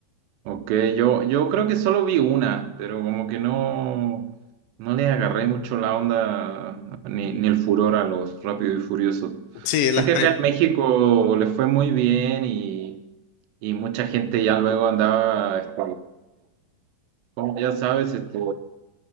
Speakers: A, on the right; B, on the left.
A: Ok, yo, yo creo que solo vi una, pero como que no, no le agarré mucho la onda ni, ni el furor a los Rápidos y Furiosos.
B: Sí,
A: Sé
B: las
A: que
B: pri-
A: acá en México le fue muy bien y, y mucha gente ya luego andaba, este, como ya sabes, este,